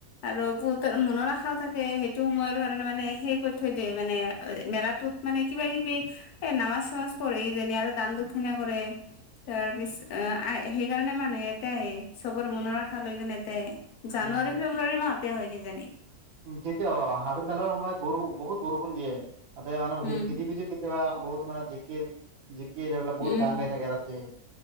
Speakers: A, on the left; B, on the right.
A: আৰু বহুতৰ মনৰ আশাও থাকে, সেইটো সময়ৰ কাৰণে মানে সেই কৰি থৈ দিয়ে, মানে মেলাটোত মানে কিবা কিবি, এ নামাজ চামাজ পঢ়ি কিজানি আৰু দান দক্ষিণা কৰে তাৰপিছ সেইকাৰণে মানুহে ইয়াতে আহে, চবৰ মনৰ আশা লৈ কিনে ইয়াতে আহে।
B: উম,
A: জানুৱাৰী, ফেব্ৰুৱাৰী মাহতে হয় কিজানি!
B: যেতিয়া অ, হাজোৰ মেলাৰ সময়ত ব বহুত বৰষুণ দিয়ে, তাতে মানে
A: উম।
B: ভিজি ভিজি তেতিয়া বহুত মানে জিকিৰ, জিকিৰ এইবিলাক বহুত
A: উম,
B: গান গাই থাকে ৰাতি